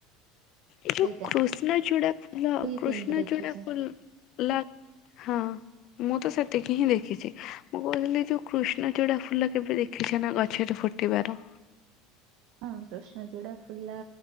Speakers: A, on the left; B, on the right.
A: ଏ ଯଉ
B: ସେଇଟା
A: କୃଷ୍ଣଚୂଡ଼ା ଫୁଲ,
B: ଏଇ
A: କୃଷ୍ଣଚୂଡ଼ା
B: ତିନିଟା ଦେଖିଛି
A: ଫୁଲ ଲା ହଁ। ମୁଁ ତ ସେତିକି ହିଁ ଦେଖିଚି। ମୁଁ କହୁଥିଲି ଯଉ କୃଷ୍ଣଚୂଡ଼ା ଫୁଲ କେବେ ଦେଖିଛ ନା ଗଛରେ ଫୁଟ୍ ଫୁଟିବାର?
B: ହଁ, କୃଷ୍ଣଚୂଡ଼ା ଫୁଲ